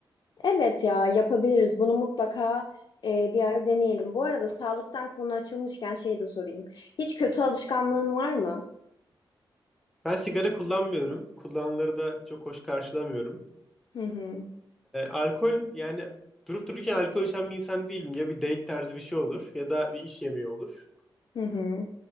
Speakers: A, on the left; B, in the centre.
A: Evet ya yapabiliriz. Bunu mutlaka e, bir ara deneyelim. Bu arada sağlıktan konu açılmışken şey de sorayım. Hiç kötü alışkanlığın var mı?
B: Ben sigara kullanmıyorum. Kullananları da çok hoş karşılamıyorum.
A: Hı hı.
B: E, alkol yani durup dururken alkol içen bir insan değilim. Ya bir date tarzı bir şey olur ya da bir iş yemeği olur.
A: Hı hı.